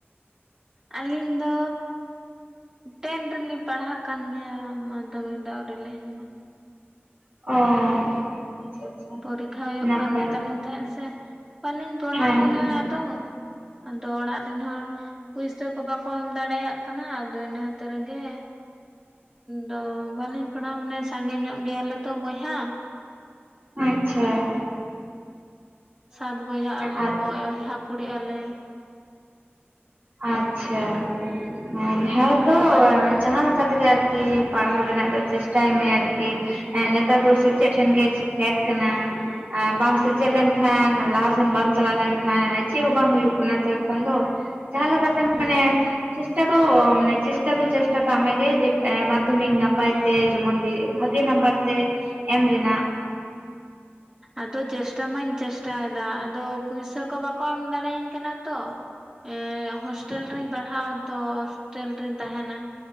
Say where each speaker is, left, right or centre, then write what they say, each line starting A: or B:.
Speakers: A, on the right (about 15°); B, on the right (about 45°).
A: ᱟᱞᱤᱱ ᱫᱚ ᱴᱮᱱ ᱨᱮᱞᱤᱧ ᱯᱟᱲᱦᱟᱜ ᱠᱟᱱ ᱜᱮᱭᱟ ᱢᱟᱫᱽᱫᱷᱚᱢᱤᱠ ᱫᱚ ᱟᱣᱨᱮᱞᱤᱧ ᱮᱢᱟ ᱾
B: ᱚ ᱟᱪᱪᱷᱟ
A: ᱯᱚᱨᱤᱠᱷᱟ ᱦᱳᱭᱳᱜ
B: ᱱᱟᱯᱟᱭ
A: ᱠᱟᱱ ᱜᱮ ᱛᱟᱞᱤᱧ ᱛᱟᱦᱮᱸᱜ ᱥᱮ ᱵᱟᱹᱞᱤᱧ ᱯᱟᱲᱦᱟᱣ
B: ᱦᱮᱸ
A: ᱢᱚᱱᱮ
B: ᱦᱮᱸ
A: ᱟᱫᱚ ᱟᱫᱚ ᱚᱲᱟᱜ ᱨᱮᱱ ᱦᱚᱲ ᱯᱩᱭᱥᱟᱹ ᱠᱚ ᱵᱟᱠᱚ ᱮᱢ ᱫᱟᱲᱮᱭᱟᱜ ᱠᱟᱱᱟ ᱟᱫᱚ ᱤᱱᱟᱹ ᱠᱷᱟ. ᱛᱤᱨ ᱜᱮ ᱫᱚ ᱵᱟᱹᱞᱤᱧ ᱯᱟᱲᱦᱟᱣ ᱢᱚᱱᱮ ᱥᱟᱸᱜᱮ ᱧᱚᱜ ᱜᱮᱭᱟᱞᱮ ᱛᱚ ᱵᱚᱭᱦᱟ
B: ᱟᱪᱪᱷᱟ ᱾
A: ᱥᱟᱛ ᱵᱚᱭᱦᱟᱜ ᱟᱞᱮ
B: ᱟᱨ
A: ᱵᱚᱭᱦᱟ ᱠᱩᱲᱤᱜ ᱟᱞᱮ ᱾
B: ᱟᱪᱪᱷᱟ ᱟᱨ ᱦᱮ ᱛᱚ
A: ᱟᱫᱚ ᱯᱟᱹᱦᱤᱞ
B: ᱡᱟᱦᱟᱸ ᱞᱮᱠ ᱠᱟ ᱛᱮᱜᱮ ᱟᱨᱠᱤ ᱯᱟᱲᱦᱟᱣ ᱨᱮᱱᱟᱜ ᱫᱚ ᱪᱮᱥᱴᱟᱭ ᱢᱮ ᱟᱨᱠᱤ ᱮᱸ ᱱᱮᱛᱟᱨ ᱫᱚ ᱥᱮᱪᱮᱫ
A: ᱦᱚᱸ
B: ᱴᱷᱮᱱ ᱜᱮ ᱯᱷᱮᱴ ᱠᱟᱱᱟ ᱟ ᱵᱟᱢ ᱥᱮᱪᱮᱫ
A: ᱦᱚᱸ
B: ᱞᱮᱱᱠᱷᱟᱱ
A: ᱦᱚᱸ
B: ᱞᱟᱦᱟ ᱥᱮᱱ ᱵᱟᱢ ᱪᱟᱞᱟᱣ ᱞᱮᱱ ᱠᱷᱟ ᱪᱮᱜ ᱵᱟᱝ ᱦᱩᱭᱩᱜ ᱠᱟᱱᱟ ᱛᱚ ᱮᱠᱷᱚᱱ ᱫᱚ ᱡᱟᱦᱟᱸ ᱞᱮᱠᱟᱛᱮ ᱢᱟᱱᱮ
A: ᱦᱮᱸ ᱦᱮᱸ
B: ᱪᱮᱥᱴᱟ ᱫᱚ ᱢᱮᱱᱮ ᱪᱮᱥᱴᱟ ᱫᱚ ᱪᱮᱥᱴᱟ ᱠᱟᱜ ᱢᱮᱜᱮ ᱡᱮ ᱮ ᱢᱟᱫᱽᱫᱷᱚᱢᱤᱠ ᱱᱟᱯᱟᱭ
A: ᱦᱮᱸ
B: ᱛᱮ
A: ᱦᱟᱸᱜ
B: ᱡᱮᱢᱚᱱ ᱛᱮᱜ ᱵᱷᱟᱜᱮ ᱱᱟᱢᱵᱟᱨ ᱛᱮ ᱮᱢ ᱨᱮᱱᱟᱜ ᱾
A: ᱟᱫᱚ ᱪᱮᱥᱴᱟ ᱢᱟᱹᱧ ᱪᱮᱥᱴᱟᱮᱫᱟ ᱟᱫᱚ ᱯᱩᱭᱥᱟᱹ ᱠᱚ ᱵᱟᱠᱚ ᱮᱢ ᱫᱟᱲᱮᱟᱹᱧ ᱠᱟᱱᱟ ᱛᱚ ᱾ ᱮ‍ᱸᱦᱳᱥᱴᱮᱞ ᱨᱤᱧ ᱯᱟᱲᱦᱟᱜ ᱟ ᱛᱚ ᱦᱳᱥᱴᱮᱞ ᱨᱤᱧ ᱛᱟᱦᱮᱱᱟ ᱾